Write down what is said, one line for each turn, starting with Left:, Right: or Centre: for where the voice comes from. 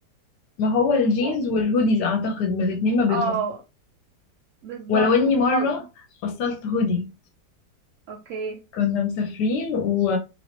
Left: ما هو الجينز
Right: و...
Left: والهوديز اعتقد من الاتنين ما بيتفصلش
Right: اه بالظبط
Left: ولو اني
Right: وخلاص
Left: مره فصلت هودي
Right: اوكي
Left: كنا مسافرين و...